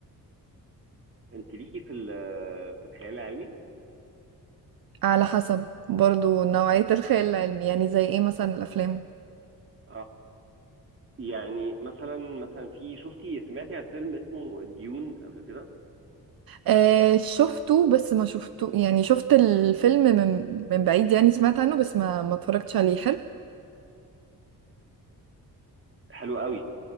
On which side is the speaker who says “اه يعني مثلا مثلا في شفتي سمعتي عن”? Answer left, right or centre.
Right